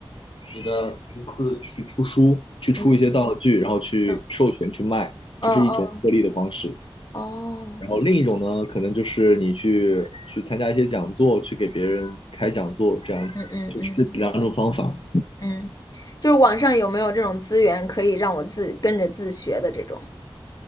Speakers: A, on the left; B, on the left.
A: 你的名次去出书，去出一些道具，
B: 嗯
A: 然后去授权去卖，
B: 嗯哦嗯
A: 这是一种获利的方式。
B: 哦
A: 然后另一种呢，可能就是你去去参加一些讲座，去给别人开讲座，这样子，
B: 嗯嗯嗯
A: 就是这两种方法。
B: 嗯，就是网上有没有这种资源可以让我自跟着自学的这种？